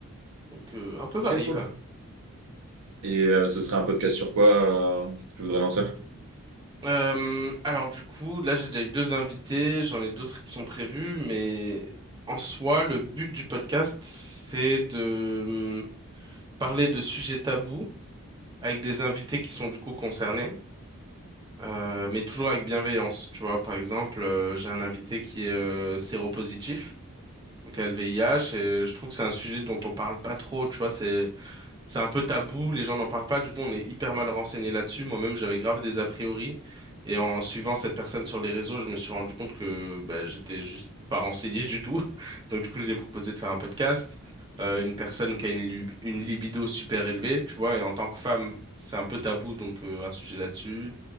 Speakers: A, on the right (about 20°); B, on the right (about 70°).
A: Donc euh, un peu
B: Ok,
A: varié
B: cool.
A: quand même.
B: Et euh, ce serait un podcast sur quoi euh, que tu voudrais lancer?
A: Euh, alors du coup, là j'ai déjà eu deux invités, j'en ai d'autres qui sont prévus, mais en soi, le but du podcast, c'est de hum, parler de sujets tabous avec des invités qui sont du coup concernés. Euh, mais toujours avec bienveillance. Tu vois, par exemple, euh, j'ai un invité qui est euh, séropositif, donc il a le VIH, et je trouve que c'est un sujet dont on parle pas trop. Tu vois, c'est c'est un peu tabou, les gens n'en parlent pas, du coup on est hyper mal renseigné là-dessus. Moi-même j'avais grave des a priori et en suivant cette personne sur les réseaux, je me suis rendu compte que bah, j'étais juste pas renseigné du tout. <laughs> Donc du coup je lui ai proposé de faire un podcast. Euh, une personne qui a une, lib- une libido super élevée, tu vois, et en tant que femme, c'est un peu tabou, donc euh, un sujet là-dessus.